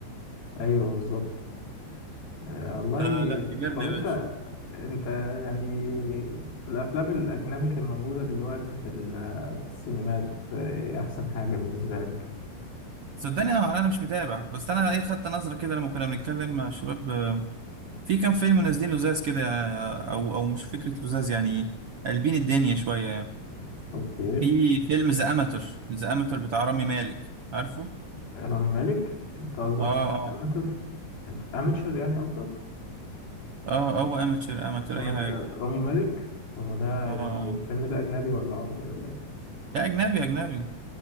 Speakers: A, on the left; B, on the right.
A: ايوه بالظبط آه، والله
B: آه لا كبرنا
A: طب انت
B: يا باشا
A: انت يعني في الافلام الاجنبي اللي موجوده دلوقتي في ال- في السينمات آه، إيه احسن حاجه بالنسبه لك
B: صدقني انا أنا مش متابع بس انا ايه خدت نظره كده لما كنا بنتكلم مع الشباب آه، في كام فيلم نازلين لزاز كده آه، او او مش فكره لزاز يعني قلبين الدنيا شويه يعني
A: اوكي
B: في فيلم ذا اماتور ذا اماتور بتاع رامي مالك عارفه
A: رامي مالك انت قصدك
B: اه
A: الاماتور
B: اه
A: انت اماتشر يعني قصدك
B: اه هو اماتور اماتور
A: ثواني
B: اي حاجه
A: ده رامي مالك هو ده
B: اه
A: يعني
B: آه.
A: الفيلم ده اجنبي ولا عربي ولا ايه
B: لا اجنبي اجنبي